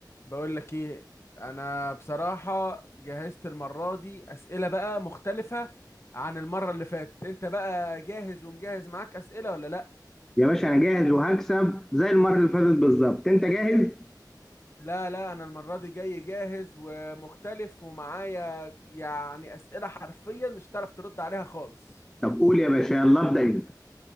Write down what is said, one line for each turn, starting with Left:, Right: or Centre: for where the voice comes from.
Left: بقول لك ايه انا بصراحة جهزت المرة دي اسئلة بقى مختلفة عن المرة اللي فاتت انت بقى جاهز ومجهز معاك اسئلة ولا لا
Centre: يا باشا انا جاهز وهكسب زي المره اللي فاتت بالظبط انت جاهز
Left: لا لا انا المرة دي جاي جاهز ومختلف ومعايا يعني اسئلة حرفيا مش هتعرف ترد عليها خالص
Centre: طب قول يا باشا يلا ابدا انت